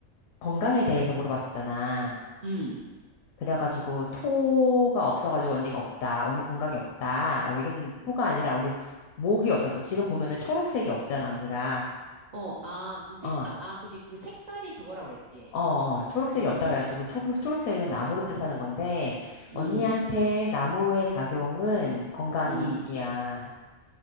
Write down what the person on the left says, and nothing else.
건강에 대해서 물어봤었잖아.
그래가지고 토가 없어가지고 언니가 없다. 언니 건강이 없다라고 얘기했는데 토가 아니라 언니 목이 없어서 지금 보면은 초록색이 없잖아, 언니가.
어.
어, 어, 초록색이
없다 그래가지고 초, 초록색은 나무를 뜻하는 건데 언니한테
나무의 작용은 건강이야.